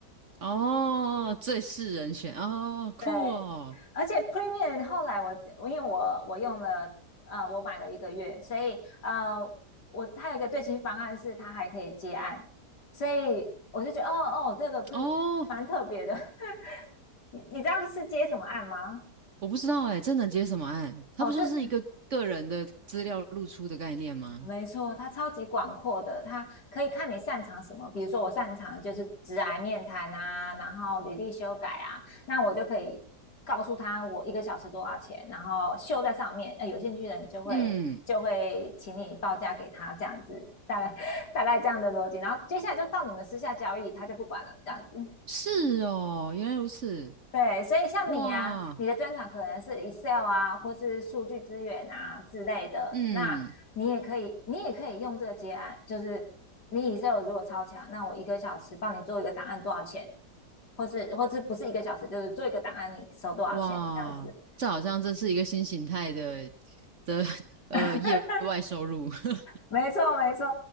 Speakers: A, on the right; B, on the left.
A: 哦，最是人选哦，酷哦，
B: 对，而且 Premium 后来我我因为我我用了呃我买了一个月，所以呃我它有一个最新方案是它还可以接案，所以我就觉得哦哦这个 Premium
A: 哦，
B: 蛮特别的。<laughs> 你你知道是接什么案吗？
A: 我不知道哎，这能接什么案？它不就是一个个人的资料露出的概念吗？
B: 哦，这没错，它超级广阔的，它可以看你擅长什么。比如说，我擅长就是直癌面谈啊，然后履历修改啊，那我就可以告诉他我一个小时多少钱，然后秀在上面。呃，有兴趣的人就会就会请你报价给他，
A: 嗯，
B: 这样子，大概 <laughs> 大概这样的逻辑。然后接下来就到你们私下交易，他就不管了，这样子。
A: 是哦，原来如此，
B: 对，所以像你啊，
A: 哇，
B: 你的专长可能是 Excel 啊，或是数据资源啊之类的，
A: 嗯，
B: 那你也可以，你也可以用这个结案，就是你 Excel 如果超强，那我一个小时帮你做一个档案多少钱，或是或是不是一个小时，就是做一个档案你收多少钱这样子。
A: 哇，这好像真是一个新形态的的 <laughs> 呃业外收入。
B: <laughs>
A: <laughs>
B: 没错，没错。